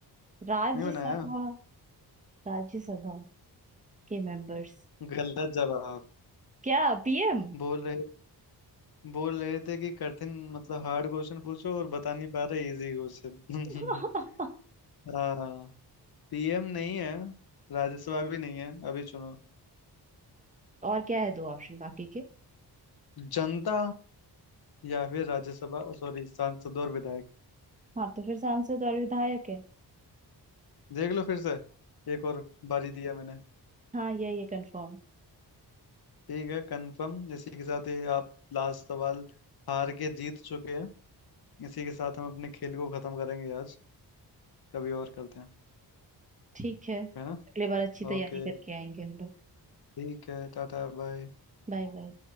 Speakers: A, on the right (about 20°); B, on the left (about 65°).
A: राज्यसभा
B: नहीं बनाया
A: राज्यसभा के मेंबर्स
B: गलत जवाब
A: क्या पीएम
B: बोल रहे बोल रहे थे कि कठिन मतलब हार्ड क्वेश्चन पूछो और बता नहीं पा रहे इजी क्वेश्चन
A: <laughs>
B: <laughs> हाँ पीएम नहीं है राज्यसभा भी नहीं है अभी चुनो
A: और क्या है दो ऑप्शन बाकी के
B: जनता या फिर राज्यसभा सॉरी सांसद और विधायक
A: हाँ तो फिर सांसद और विधायक है
B: देख लो फिर से एक और बारी दिया मैंने
A: हाँ ये ये कंफर्म
B: ठीक है कंफर्म इसी के साथ ये आप लास्ट सवाल हार के जीत चुके हैं इसी के साथ हम अपने खेल को खत्म करेंगे आज कभी और करते हैं
A: ठीक है अगले
B: है ना
A: बार अच्छी तैयारी
B: ओके
A: करके आएंगे हम लोग
B: ठीक है टाटा बाय
A: Bye bye